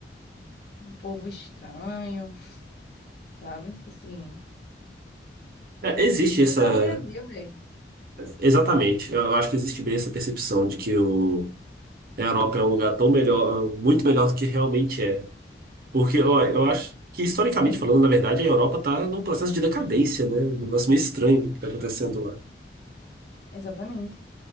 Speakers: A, on the left; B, on the right.
A: um povo estranho, <laughs> sabe? Tipo assim,
B: Ah. É, existe
A: prefiro
B: essa.
A: estar no Brasil, velho.
B: Exatamente. Eu acho que existe bem essa percepção de que o, a Europa é um lugar tão melhor, muito melhor do que realmente é. Porque, ó,
A: E
B: eu
A: tipo,
B: acho que, historicamente
A: hum,
B: falando, na verdade, a Europa está num processo de decadência, né? Um negócio meio estranho que está acontecendo lá.
A: exatamente.